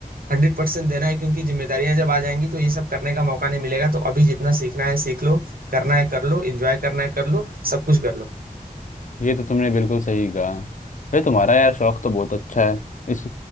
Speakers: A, on the right; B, on the left.
A: हंड्रेड परसेंट देना है क्योंकि जिम्मेदारियां जब आ जाएंगी तो ये सब करने का मौका नहीं मिलेगा तो अभी जितना सीखना है सीख लो करना है कर लो एंजॉय करना है कर लो सब कुछ कर लो
B: ये तो तुमने बिल्कुल सही कहा भाई तुम्हारा यार शौक तो बहुत अच्छा है इस